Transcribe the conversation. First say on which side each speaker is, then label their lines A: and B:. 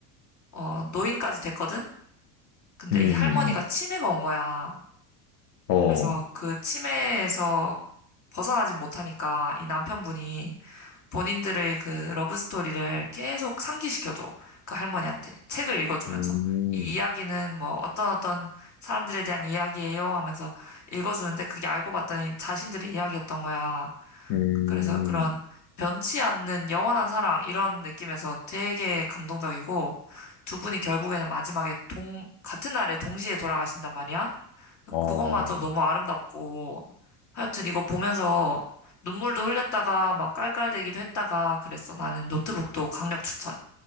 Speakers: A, on the left; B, on the left.
A: 어, 노인까지 됐거든? 근데
B: 음,
A: 이 할머니가 치매가 온 거야.
B: 어,
A: 그래서 그 치매에서 벗어나진 못하니까 이 남편분이 본인들의 그 러브 스토리를 계속 상기시켜줘. 그 할머니한테 책을 읽어주면서
B: 음,
A: 이 이야기는 뭐 어떤 어떤 사람들에 대한 이야기예요 하면서 읽어주는데 그게 알고 봤더니 자신들의 이야기였던 거야.
B: 음,
A: 그래서 그런 변치 않는 영원한 사랑 이런 느낌에서 되게 감동적이고 두 분이 결국에는 마지막에 동, 같은 날에 동시에 돌아가신단 말이야.
B: 어.
A: 그것마저 너무 아름답고 하여튼 이거 보면서 눈물도 흘렸다가 막 깔깔대기도 했다가 그랬어. 나는 노트북도 강력 추천.